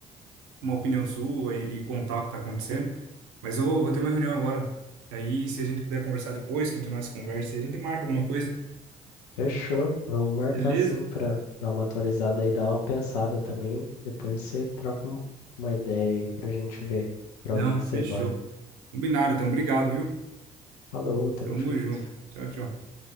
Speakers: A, on the right; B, on the left.
A: uma opinião sua e, e contar o que está acontecendo. Mas eu vou, vou ter uma reunião agora. Aí, se a gente puder conversar depois, continuar essa conversa, a gente marca alguma coisa,
B: Fechou. Vamos marcar
A: beleza?
B: sim para dar uma atualizada aí, dar uma pensada também. Depois você troca um- uma ideia aí pra gente ver pra
A: Não,
B: onde que
A: fechou.
B: você vai.
A: Combinado, então. Obrigado, viu?
B: Falou, tamo
A: Tamo
B: junto.
A: junto. Tchau, tchau.